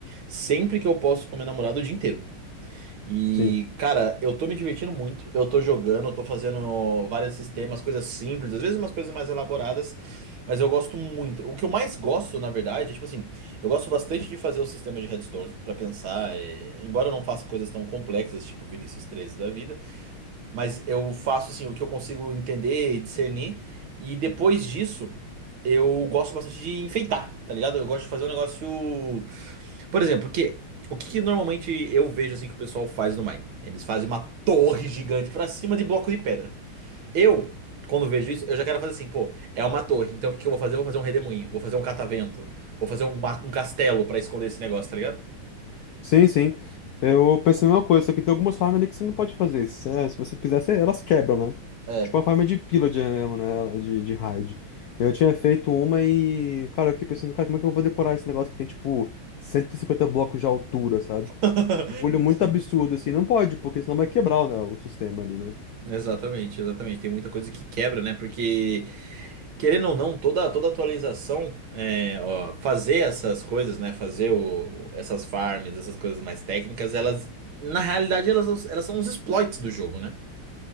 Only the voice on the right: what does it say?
sempre que eu posso com minha namorada o dia inteiro. E,
cara, eu tô me divertindo muito. Eu tô jogando, eu tô fazendo vários sistemas, coisas simples, às vezes umas coisas mais elaboradas, mas eu gosto muito. O que eu mais gosto, na verdade, é, tipo assim, eu gosto bastante de fazer o sistema de Redstone pra pensar, é, embora eu não faça coisas tão complexas, tipo Vinícius treze da vida, mas eu faço assim o que eu consigo entender e discernir. E depois disso, eu gosto bastante de enfeitar, tá ligado? Eu gosto de fazer um negócio por exemplo, porque o que que normalmente eu vejo assim que o pessoal faz no Mine? Eles fazem uma torre gigante pra cima de bloco de pedra. Eu, quando vejo isso, eu já quero fazer assim, pô, é uma torre, então o que que eu vou fazer? Eu vou fazer um redemoinho, vou fazer um catavento, vou fazer um, ma- um castelo pra esconder esse negócio, tá ligado?
É.
<laughs>
Sim.
Exatamente, exatamente. Tem muita coisa que quebra, né? Porque Querendo ou não, toda, toda atualização, é, ó, fazer essas coisas, né? Fazer o- essas farms, essas coisas mais técnicas, elas, na realidade, elas, elas são os exploits do jogo, né?